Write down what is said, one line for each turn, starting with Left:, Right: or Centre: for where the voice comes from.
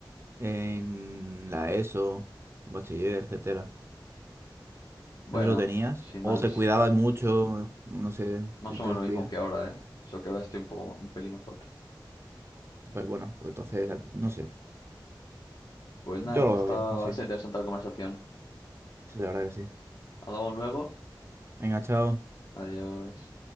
Right: en la ESO, bachiller, etcétera.
Left: Bueno,
Right: No sé si lo tenías.
Left: sin
Right: O
Left: más,
Right: te cuidabas mucho, no sé,
Left: más
Right: si
Left: o
Right: te
Left: menos
Right: descuidas.
Left: lo mismo que ahora, ¿eh? Solo que ahora estoy un poco, ma- un pelín más fuerte.
Right: Pues bueno, pues entonces, no sé.
Left: Pues nada,
Right: Yo lo
Left: ha estado,
Right: veo bien, así.
Left: ha sido interesante la conversación.
Right: Sí, la verdad que sí.
Left: Hablamos luego.
Right: Venga, chao.
Left: Adiós.